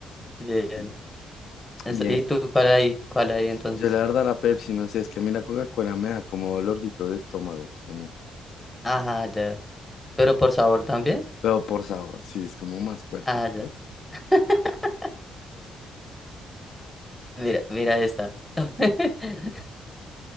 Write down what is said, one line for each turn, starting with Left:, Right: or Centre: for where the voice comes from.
Centre: Bien.
Left: Ok.
Centre: Es-
Left: Bien.
Centre: ¿Y tú cuál hay? ¿Cuál hay entonces?
Left: Yo la verdad la Pepsi, no sé, es que a mí la Coca-Cola me da como dolorcito de estómago. o sea, no.
Centre: Ajá, ya. ¿Pero por sabor también?
Left: Pero por sabor, sí, es como más fuerte,
Centre: Ah,
Left: ¿sabes?
Centre: ya. <laughs> Mira, mira esta. <laughs>